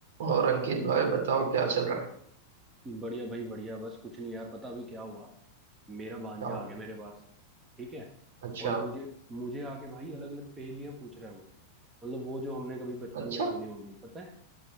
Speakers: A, on the right; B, on the right.
A: और अंकित भाई बताओ क्या चल रहा है
B: बढ़िया भाई बढ़िया बस कुछ नहीं यार पता अभी क्या हुआ मेरा भांजा
A: क्या होगा
B: आ गया मेरे पास ठीक है
A: अच्छा
B: और मुझे मुझे आके भाई अलग अलग पहेलियां पूछ रहा है वो मतलब वो जो हमने कभी बचपन
A: अच्छा
B: में सुनी होंगी पता है